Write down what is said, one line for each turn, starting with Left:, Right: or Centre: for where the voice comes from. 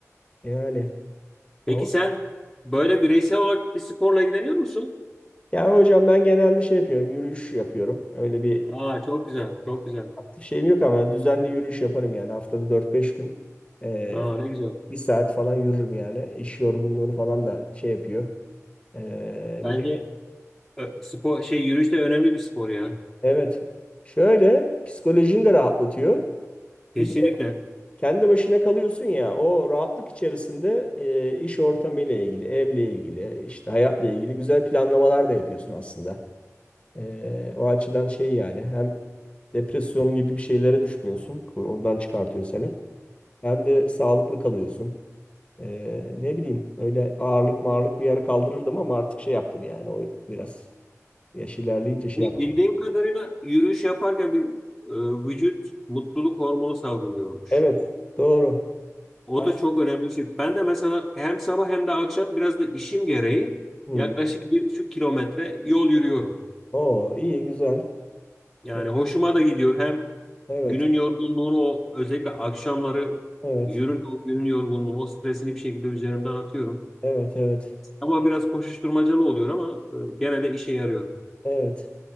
Left: Yani
Centre: Peki
Left: Avrupa.
Centre: sen böyle bireysel olarak bir sporla ilgileniyor musun?
Left: Yani hocam ben genelde şey yapıyorum. Yürüyüş yapıyorum. Öyle bir
Centre: Aa çok güzel, çok güzel.
Left: aktif şeyim yok ama düzenli yürüyüş yaparım yani. Haftada dört beş gün eee,
Centre: Aa ne güzel.
Left: bir saat falan yürürüm yani. İş yorgunluğunu falan da şey yapıyor. Eee,
Centre: Bence
Left: bir de
Centre: e, spor şey yürüyüş de önemli bir spor ya.
Left: evet. Şöyle psikolojini de rahatlatıyor.
Centre: Kesinlikle.
Left: Bir de kendi başına kalıyorsun ya o rahatlık içerisinde eee, iş ortamıyla ilgili, evle ilgili, işte hayatla ilgili güzel planlamalar da yapıyorsun aslında. Ee, o açıdan şey yani hem depresyon gibi bir şeylere düşmüyorsun. Oradan çıkartıyor seni. Hem de sağlıklı kalıyorsun. Ee, ne bileyim öyle ağırlık mağırlık bir yere kaldırırdım ama artık şey yaptım yani o biraz yaş ilerleyince şey
Centre: Bildiğim
Left: yaptım.
Centre: kadarıyla yürüyüş yaparken bir e, vücut mutluluk hormonu salgılıyormuş.
Left: Evet doğru.
Centre: O
Left: Ay,
Centre: da çok önemli bir şey. Ben de mesela hem sabah hem de akşam biraz da işim gereği
Left: hmm.
Centre: yaklaşık bir buçuk kilometre yol yürüyorum.
Left: Oo, iyi güzel.
Centre: Yani
Left: Ya,
Centre: hoşuma da gidiyor. Hem
Left: Evet
Centre: günün yorgunluğunu o özellikle akşamları
Left: evet
Centre: yürürken o günün yorgunluğunu, o stresini bir şekilde üzerimden atıyorum.
Left: evet evet
Centre: Ama biraz koşuşturmacalı oluyor ama e, gene de işe yarıyor.
Left: evet.